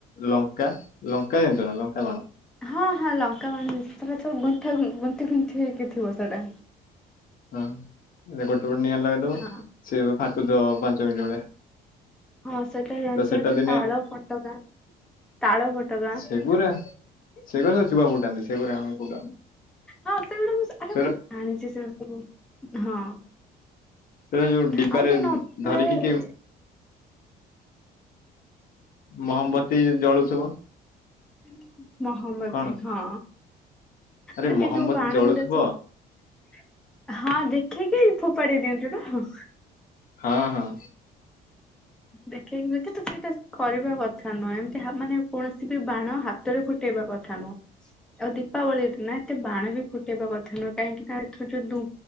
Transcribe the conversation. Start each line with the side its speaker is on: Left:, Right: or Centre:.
Left: ଲଙ୍କା ଲଙ୍କା ଜାଣିଛନା ଲଙ୍କା ବାଣ।
Centre: ହଁ ହଁ ଲଙ୍କା ବାଣ ଜାଣିଚି ସେସବୁ ଗୁନ୍ଥା ଗୁନ୍ଥି ଗୁନ୍ଥି ହେଇକି ଥିବ ସେଇଟା।
Left: <unintelligible> ଗୋଟେ ପଟ ନିଆଁ ଲଗେଇଦବ
Centre: ହଁ
Left: ସେଏ ଫା ଫୁଟୁଥିବ ପାଞ୍ଚ ମିିନଟ୍ ଭଳିଆ।
Centre: ହଁ ସେଟା ଜାଣିଛି
Left: ତ ସେଟା
Centre: ଆଉ ଯଉ
Left: ଦିନେ
Centre: ତାଳଫଟୋକା ତାଳଫଟୋକା।
Left: ସେଗୁରା ସେଗୁରା ସବୁ ଚୁଆ ଫୁଟାନ୍ତି <unintelligible>
Centre: ହଁ ସେଗୁଡା ମୁଁ ଆରେ
Left: ସେଗୁରା
Centre: ମୁଁ ଜାଣିଛି ସେ ସବୁ ହଁ।
Left: ସେଟା ଯୋଉ ଡିବାରେ
Centre: ଆଉ ଯୋଉ ନଥାଏ
Left: ଧରିକି କି ମହମବତୀ ଜଳୁଥିବ।
Centre: <unintelligible> ମହମବତି
Left: କଣ
Centre: ହଁ।
Left: ଆରେ
Centre: ମୁଁ
Left: ମହମବତୀ
Centre: ଯୋଉ କହିଲି ବାଣଉଡ଼ା
Left: ଜଳୁଥିବ
Centre: ସବୁ ହଁ ଦେ ଖେଇକି ଫୋପାଡ଼େଇ ଦିଅନ୍ତି ତ
Left: ହଁ ହଁ
Centre: ଦେଖେଇ ହୁଏ କିନ୍ତୁ ସେଇଟା କରିବା କଥା ନୁହେଁ ଏମିତି ହା ମାନେ କୌଣସି ବି ବାଣ ହାତରେ ଫୁଟେଇବା କଥା ନୁହଁ ଆଉ ଦୀପାବଳି ଦିନ ଏତେ ବାଣ ବି ଫୁଟେଇବା କଥା ନୁହେଁ କାହିଁକି ନା ଏଥିର ଯୋଉ ଧୂ